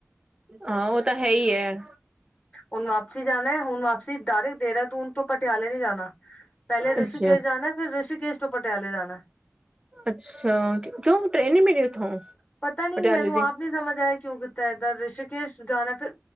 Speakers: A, on the right; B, on the left.
A: ਹਾਂ ਉਹ ਤਾਂ ਹੈ ਹੀ ਹੈ,
B: ਹੁਣ ਵਾਪਸੀ ਜਾਣਾ ਹੁਣ ਵਾਪ, ਤੁਸੀ ਡਾਇਰਕਟ ਦੇਹਰਾਦੂਨ ਤੋ ਪਟਿਆਲੇ ਨਹੀਂ ਜਾਣਾ ਪਹਿਲੇ ਰਿਸ਼ਕੇਸ਼
A: ਅੱਛਾ
B: ਜਾਣਾ। ਫਿਰ ਰਿਸ਼ੀਕੇਸ਼ ਤੋਂ ਪਟਿਆਲੇ ਜਾਣਾ।
A: ਅੱਛਾ ਕਿਉਂ ਟ੍ਰੇਨ ਨਹੀ ਮਿਲੀ ਉੱਥੋਂ।
B: ਪਤਾ ਨੀ
A: ਪਟਿਆਲੇ
B: ਮੈਨੂੰ
A: ਦੀ
B: ਆਪ ਨੀ ਸਮਝ ਆਇਆ ਕਿਉਂ ਕੀਤਾ ਇਹਦਾ ਰਿਸ਼ਕੇਸ਼, ਜਾਣਾ ਫਿਰ